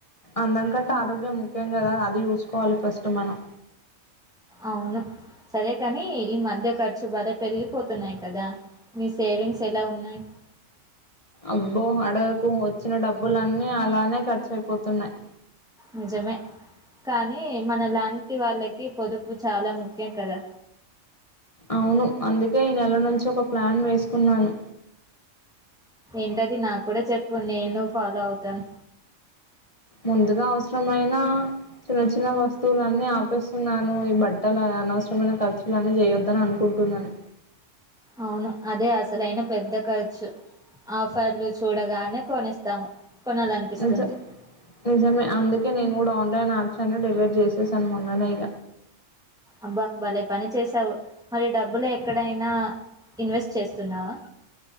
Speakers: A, on the left (about 25°); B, in the centre.
A: అందంకంటే ఆరోగ్యం ముఖ్యం కదా అది చూసుకోవాలి ఫస్ట్ మనం
B: అవును సరే కానీ ఈ మధ్య ఖర్చు బాలే పెరిగిపోతున్నాయి కదా మీ సేవింగ్స్ ఎలా ఉన్నాయి
A: అబ్బో అడగకు వచ్చిన డబ్బులన్నీ అలానే ఖర్చు అయిపోతున్నాయి
B: నిజమే కానీ మన లాంటి వాళ్ళకి పొదుపు ప్పుకు చాలా ముఖ్యం కదా
A: అవును అందుకే ఈ నెల నుంచి ఒక ప్లాన్ వేసుకున్నాను
B: ఏంటది నాకు కూడా చెప్పు నేను ఫాలో అవుతాను
A: ముందుగా అవసరమైన చిన్న చిన్న వస్తువులన్నీ ఆపేస్తున్నాను ఈ బట్టల అనవసరమైన ఖర్చులున్నీ చేయొద్దని అనుకుంటున్నాను
B: అవును అదే అసలైన పెద్ద ఖర్చు ఆఫర్లు చూడగానే కొనేస్తాము కొనాలనిపిస్తుంది
A: నిజం నిజమే అందుకే నేను కూడా ఆన్లైన్ యాప్స్ అన్ని డెలీట్ చేసేసాను మ అనేగ
B: అబ్బ భలే పని చేసావు మరి డబ్బులు ఎక్కడైనా ఇన్వెస్ట్ చేస్తున్నావా